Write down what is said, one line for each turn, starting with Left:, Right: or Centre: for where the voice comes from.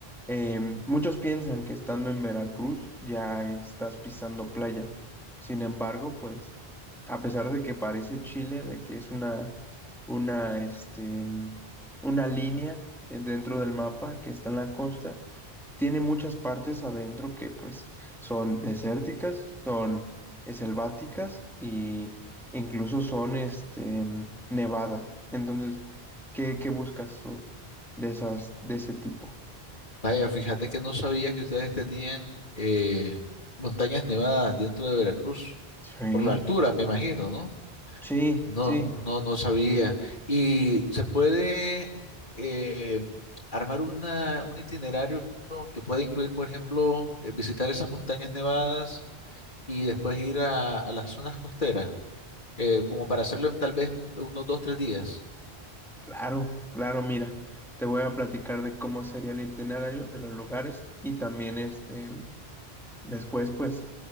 Centre: Em, muchos piensan que estando en Veracruz ya estás pisando playa. Sin embargo, pues, a pesar de que parece Chile, de que es una, una, este, mm, una línea eh, dentro del mapa que está en la costa, tiene muchas partes adentro que pues son desérticas, son eh, selváticas y e incluso son este, mm, nevadas. Entonces, ¿qué, qué buscas tú de esas, de ese tipo?
Left: Vaya, fíjate que no sabía que ustedes tenían eh, montañas nevadas dentro de Veracruz,
Centre: Sí.
Left: por la altura, me imagino, ¿no?
Centre: Sí,
Left: No,
Centre: sí,
Left: no, no sabía. ¿Y se puede eh, armar una, un itinerario que puede incluir, por ejemplo, eh, visitar esas montañas nevadas y después ir a, a las zonas costeras, eh, como para hacerlo en tal vez un- unos dos, tres días?
Centre: claro, claro, mira, te voy a platicar de cómo sería el itinerario de los lugares y también este, después, pues,